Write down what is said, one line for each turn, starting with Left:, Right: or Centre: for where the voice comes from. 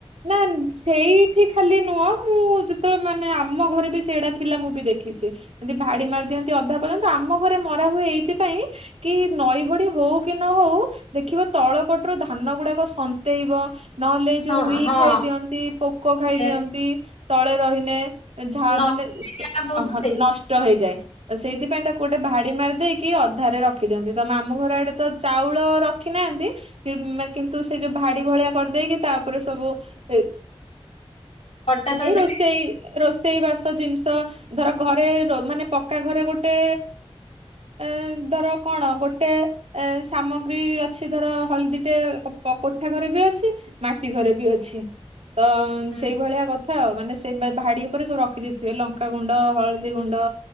Right: ନା ସେଇ ଏଠି ଖାଲି ନୁହଁ ମୁଁ ଯେତେବେଳେ ମାନେ ଆମ ଘରେ ବି ସେଇଡା ଥିଲା ମୁଁ ବି ଦେଖିଛି ଏମିତି ଭାଡି ମାରି ଦିଅନ୍ତି ଅଧା ପର୍ଯ୍ୟନ୍ତ ଆମ ଘରେ ମରାହୁଏ ଏଇଥିପାଇଁ କି ନଈ ବଢ଼ି ହଉ କି ନ ହଉ ଦେଖିବ ତଳ ପଟରୁ ଧାନ ଗୁଡାକ ସନ୍ତେଇବ, ନହେଲେ ଏ
Left: ହଁ
Right: ଯୋଉ ଉଈ
Left: ହଁ
Right: ଖାଇଦିଅନ୍ତି, ପୋକ ଖାଇଦିଅନ୍ତି
Left: ସେ
Right: ତଳେ ରହିନେ। ଝାହା
Left: ନଈ
Right: ମାନେ ସ
Left: ହେଇଗଲା ବହୁତ ସେଇ
Right: ନଷ୍ଟ ହେଇଯାଏ। ସେଇଥିପାଇଁ ତାକୁ ଗୋଟେ ଭାଡି ମାରି ଦେଇକି ଅଧାରେ ରଖିଦିଅନ୍ତି ତ ମାମୁଁ ଘର ଆଡେ ତ ଚାଉଳ ର ରଖି ନାହାନ୍ତି କିନ୍ତୁ ସେ ଯୋଉ ଭାଡି ଭଳିଆ କରିଦେଇକି ତା ଉପରେ ସବୁ ଏ
Left: ହଠାତ୍ ଥୋଇଦେବେ
Right: ଏଇ ରୋଷେଇ। ରୋଷେଇ ବାସ ଜିନିଷ ଧର ଘରେ ମାନେ ପକ୍କା ଘରେ ଗୋଟେ ଏ ଧର କଣ ଗୋଟେ ଏ ସାମଗ୍ରୀ ଅଛି ଧର ହଳଦୀଟେ କୋଠା ଘରେ ବି ଅଛି ମାଟି ଘରେ ବି ଅଛି। ଛି ତ
Left: ହୁଁ
Right: ସେଇଭଳିଆ କଥା। କଥା ଆଉ ମାନେ ସେ ଭାଡି ଉପରେ ସବୁ ରଖିଦେଇଥିବେ ଲଙ୍କାଗୁଣ୍ଡ, ହଳଦୀ ଗୁଣ୍ଡ,